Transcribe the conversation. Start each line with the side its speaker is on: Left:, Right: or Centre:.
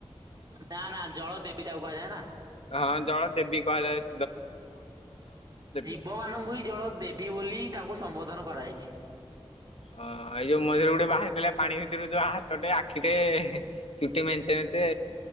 Right: ନା ନା ଜଳ ଦେବି ତାକୁ କୁହାଯାଏ ନା।
Left: ହଁ ଜଳ ଦେବି କୁହାଯାଏ <unintelligible>
Right: ଭୁବ ମାନଙ୍କୁ ହିଁ ଜଳ ଦେବି ବୋଲି ତାଙ୍କୁ ସମ୍ବୋଧନ କରାଯାଇଛି।
Left: ଓଁ ଏଇ ଯୋଉ ମଝିରେ ଗୋଟେ ବାହାରିଥିଲା ପାଣି ଭିତରୁ ଯୋଉ ହାତଟେ ଆଖିଟେ ହେ ଚୁଟି ମେଞ୍ଚେ ମେଞ୍ଚେ